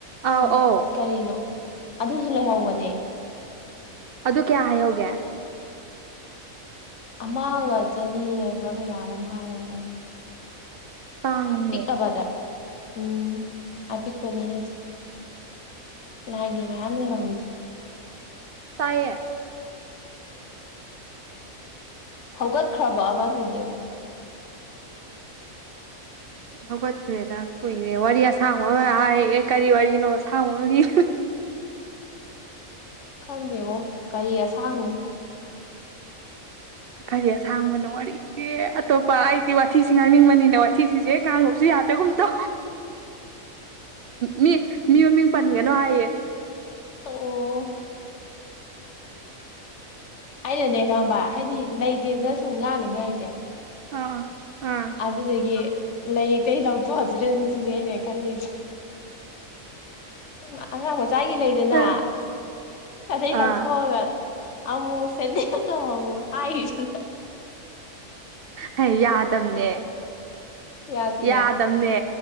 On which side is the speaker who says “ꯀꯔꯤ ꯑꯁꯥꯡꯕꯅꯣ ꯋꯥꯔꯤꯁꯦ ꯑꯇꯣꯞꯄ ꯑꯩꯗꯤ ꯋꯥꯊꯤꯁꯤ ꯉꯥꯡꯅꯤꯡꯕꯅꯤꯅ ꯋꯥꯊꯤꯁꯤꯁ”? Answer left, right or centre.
Right